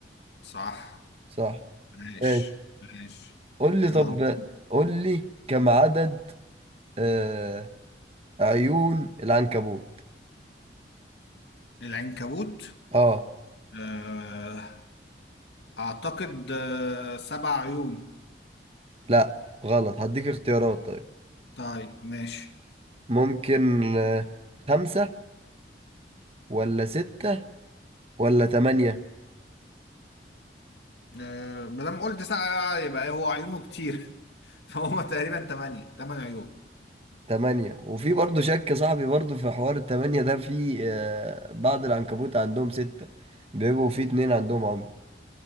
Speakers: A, on the left; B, on the right.
A: صح
B: صح
A: ماشي
B: ماشي.
A: ماشي
B: قول لي
A: يلا
B: طب قول لي كم عدد آه عيون العنكبوت
A: العنكبوت
B: آه
A: آه اعتقد آه سبع عيون
B: لا غلط هديك اختيارات طيب
A: طيب ماشي
B: ممكن آه، خمسة ولا ستة ولا تمانية
A: آه ما دام قلت سبعة يبقى إيه، هو عيونه كتير <laughs> فهو تقريبا تمانية تمن عيون
B: تمانية وفي برضه شك صاحبي برضه في حوار التمانية ده في آه، بعض العنكبوت عندهم ستة بيبقوا في اتنين عندهم عمي